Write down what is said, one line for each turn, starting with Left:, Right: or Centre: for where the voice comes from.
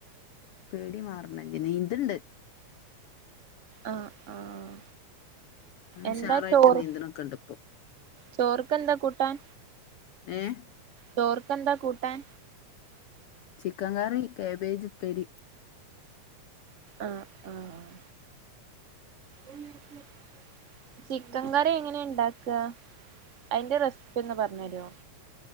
Left: പേടി മാറണ നീന്തുണ്ട്
Right: ആഹ് ആഹ്
Left: നല്ല
Right: എന്താ
Left: ഉഷാറായിട്ട്
Right: ചോറ്
Left: നീന്തണൊക്കെണ്ട് ഇപ്പൊ
Right: ചോർക്കെന്താ കൂട്ടാൻ
Left: ഏഹ്
Right: ചോറുക്ക് എന്താ കൂട്ടാൻ.
Left: ചിക്കൻ കറി കാബേജ് ഉപ്പേരി.
Right: ആഹ് ആഹ് ഉം ഉം ചിക്കൻ കറി എങ്ങനെയ ഉണ്ടാക്ക അതിന്റെ റെസിപ്പി ഒന്ന് പറഞ്ഞഞ് തരുമോ